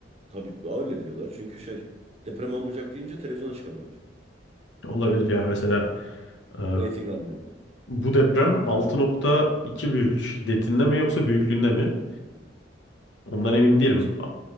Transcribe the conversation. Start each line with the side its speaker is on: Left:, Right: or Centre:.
Right: Tabii öyle diyorlar. Çünkü şey deprem olmayacak deyince televizyona çıkamıyorlar.
Left: Olabilir ya mesela e,
Right: Rating almıyor.
Left: bu deprem 6.2 büyüklük şiddetinde mi yoksa büyüklüğünde mi? Ondan emin değilim.
Right: İşte,
Left: A-